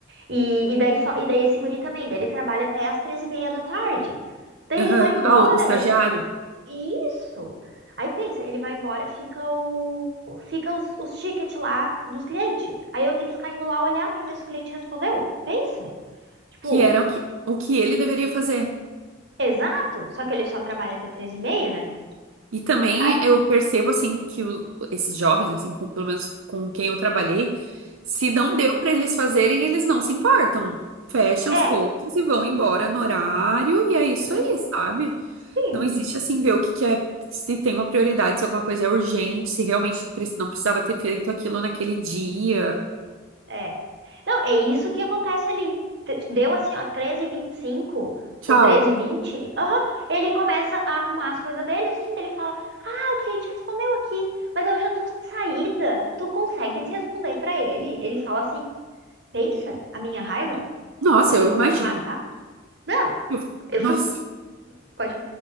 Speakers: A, on the right; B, on the right.
A: E, e daí só, e daí esse guri também, daí ele trabalha até as treze e meia da tarde. Daí
B: Aham.
A: ele vai embora,
B: Ah, o o estagiário,
A: daí Isso. Aí pensa, ele vai embora, fica o fica os, os tickets lá dos clientes. Aí eu tenho que ficar indo lá olhar pra ver se o cliente respondeu. Pensa. Tipo,
B: que era o que, o que ele deveria fazer.
A: exato, só que ele só trabalha até três e meia, né?
B: E também
A: Ai,
B: eu percebo, assim, que o- esses jovens, assim, com- pelo menos com quem eu trabalhei, se
A: uhum.
B: não deu para eles fazerem, eles não se importam. Fecham
A: É,
B: as coisas e vão embora no horário, e é isso
A: hum,
B: aí, sabe?
A: sim,
B: Não existe, assim, ver o que que é, se tem uma prioridade, se alguma coisa é urgente, se realmente pre- não precisava ter feito aquilo naquele dia.
A: é. Não, é isso que acontece ali. T- Deu assim, ó, treze e vinte e cinco
B: Tchau.
A: ou treze e vinte. aham, ele começa a arrumar as coisas dele, assim, daí ele fala, O cliente respondeu aqui, mas eu já tô de saída. Tu consegue responder pra ele? Ele fala assim: Pensa, a minha raiva,
B: Nossa,
A: eu
B: eu
A: tenho vontade
B: imagino.
A: de matar. Não,
B: Eu-
A: eu
B: Nossa.
A: fico. Pode,